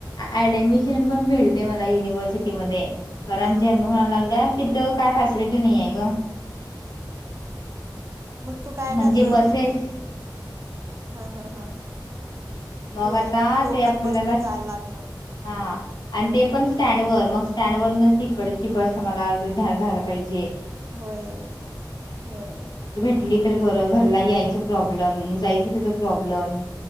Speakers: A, on the left; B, on the right.
A: ऍडमिशन पण भेटते मला युनिव्हर्सिटीमध्ये लागल्यात
B: हा
A: तिथं काय फॅसिलिटी नाही आहे ग
B: मग तू काय
A: म्हणजे
B: करणार
A: बसेस
B: हा हा हा
A: मग
B: होय
A: आता
B: लोकल
A: ते आपल्याला
B: बसन जायला लागणार.
A: हा आणि ते पण स्टँडवर मग स्टँडवर न तिकडची की बस आम्हाला घायला पाहिजे.
B: होय होय.
A: हे तर बरं घरला यायचं प्रॉब्लम जायचं तिथं प्रॉब्लम.